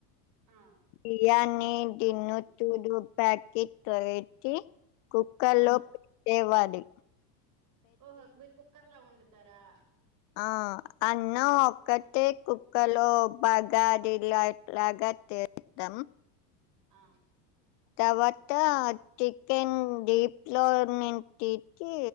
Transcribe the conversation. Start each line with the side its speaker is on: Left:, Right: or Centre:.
Right: ఆ
Left: బిర్యానీ తిన్నో తుదు ప్యాకెట్. ట పెట్టి. కుక్కర్
Right: ఆ
Left: లో పెట్టె వాద్ డి.
Right: ఓహో మీరు కుక్కర్లా వండు తరా.
Left: ఆ అన్నం ఒక్కటే కుక్కర్ లో పగడి లో లాగా తే క త్తం.
Right: ఆ
Left: తర్వాత చికెన్ డీప్ లో నిన్ తీ టి